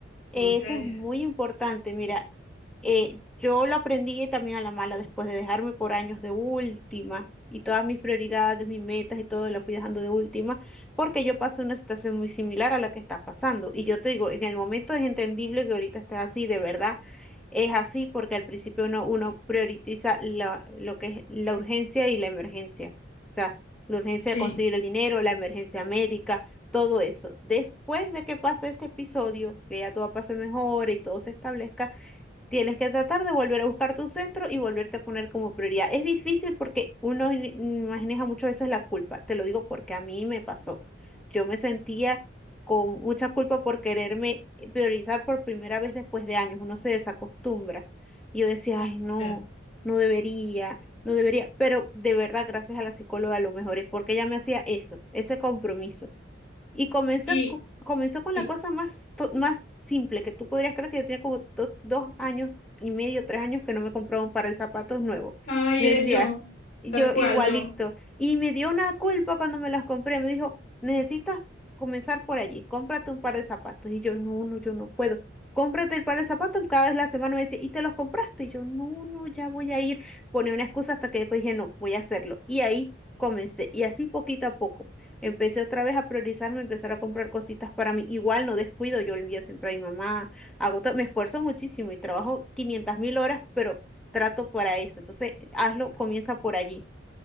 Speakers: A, on the left (about 40°); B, in the centre.
A: Entonces,
B: Eso es muy importante. Mira, eh, yo lo aprendí también a la mala después de dejarme por años de última y todas mis prioridades, mis metas y todo lo fui dejando de última porque yo pasé una situación muy similar a la que estás pasando. Y yo te digo, en el momento es entendible que ahorita estés así, de verdad es así porque al principio uno, uno prioriza la- lo que es la urgencia y la emergencia. O sea, la urgencia
A: Sí.
B: de conseguir el dinero, la emergencia médica todo eso. Después de que pase este episodio, que ya todo pase mejor y todo se establezca, tienes que tratar de volver a buscar tu centro y volverte a poner como prioridad. Es difícil porque uno in- maneja muchas veces la culpa. Te lo digo porque a mí me pasó. Yo me sentía con mucha culpa por quererme priorizar por primera vez después de años. Uno se desacostumbra. Y yo decía, ay, no,
A: ya.
B: no debería. No debería, pero de verdad, gracias a la psicóloga, lo mejor es porque ella me hacía eso, ese compromiso. Y comienza,
A: y,
B: co- comenzó con
A: y,
B: la cosa más, to- más simple, que tú podrías creer que yo tenía como do- dos años y medio, tres años que no me compraba un par de zapatos nuevos.
A: ay,
B: Me
A: eres
B: decía,
A: yo,
B: yo
A: tal cual
B: igualito.
A: yo.
B: Y me dio una culpa cuando me los compré. Me dijo, necesitas comenzar por allí, cómprate un par de zapatos. Y yo, no, no, yo no puedo. Cómprate el par de zapatos cada vez la semana me decía, ¿y te los compraste? Y yo, no, no, ya voy a ir. Ponía una excusa hasta que después dije, no, voy a hacerlo. Y ahí comencé. Y así poquito a poco. Empecé otra vez a priorizarme, empezar a comprar cositas para mí. Igual no descuido, yo le envío siempre a mi mamá, hago todo, me esfuerzo muchísimo y trabajo 500 mil horas, pero trato para eso. Entonces, hazlo, comienza por allí.